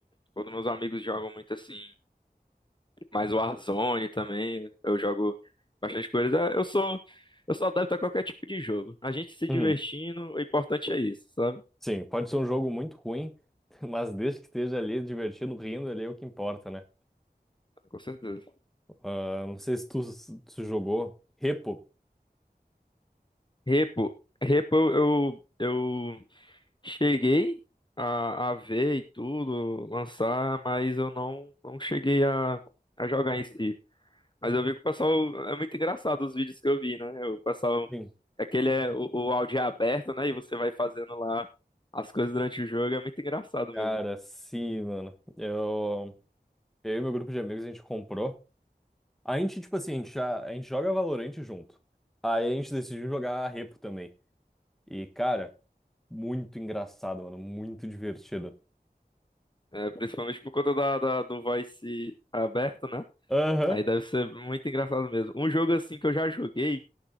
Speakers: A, on the left (about 30°); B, in the centre.
A: quando meus amigos jogam muito assim, mais Warzone também, eu jogo bastante com eles. Ah, Eu sou, eu sou adepto a qualquer tipo de jogo. A gente se
B: Uhum.
A: divertindo, o importante é isso, sabe?
B: Sim, pode ser um jogo muito ruim, <laughs> mas desde que esteja ali divertido, rindo, ali é o que importa, né?
A: Com certeza.
B: Ah, não sei se tu, se tu jogou Repo.
A: Repo, repo eu, eu Cheguei a, a ver e tudo, lançar, mas eu não, não cheguei a, a jogar em si. Mas eu vi que o pessoal. É muito engraçado os vídeos que eu vi, né? O pessoal.
B: Sim.
A: Aquele é o, o áudio é aberto, né? E você vai fazendo lá as coisas durante o jogo. É muito engraçado
B: Cara,
A: mesmo.
B: sim, mano. Eu, eu e meu grupo de amigos, a gente comprou. A gente, tipo assim, a gente, já, a gente joga Valorant junto. Aí a gente decidiu jogar Repo também. E, cara, muito engraçado, mano. Muito divertido.
A: É, principalmente por conta da, da- do voice aberto, né?
B: Aham.
A: Aí deve ser muito engraçado mesmo. Um jogo assim que eu já joguei,